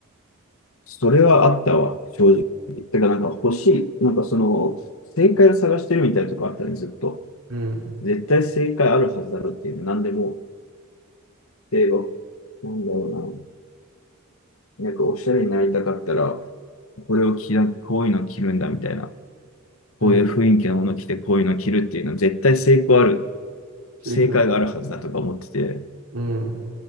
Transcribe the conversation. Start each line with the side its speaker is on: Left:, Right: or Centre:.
Left: それはあったわ、正直。てか、なんか欲しい、なんかその、正解を探してるみたいなとこあったね、ずっと。
Right: うん。
Left: 絶対正解あるはずだろうっていう、何でも例えば、なんだろうな。なんかおしゃれになりたかったら、これを着な、こういうの着るんだみたいな。
Right: うん。
Left: こういう雰囲気のもの着て、こういうの着るっていうのは絶対成功ある、
Right: 正解。
Left: 正解があるはずだとか思ってて。
Right: うん。